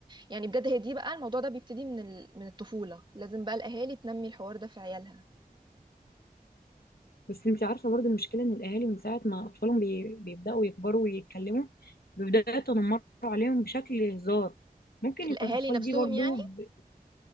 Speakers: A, on the right; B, on the left.
A: يعني بجد هي دي بقى الموضوع ده بيبتدي من ال... من الطفوله لازم بقى الاهالي تنمي الحوار ده في عيالها
B: بس انت عارفه برضو المشكله ان الاهالي من ساعه ما اطفالهم بي... بيبداوا يكبروا ويتكلموا بيبداوا يتنمروا عليهم بشكل هزار ممكن
A: الاهالي
B: يكون الاطفال
A: نفسهم
B: دي برضو
A: يعني
B: ب...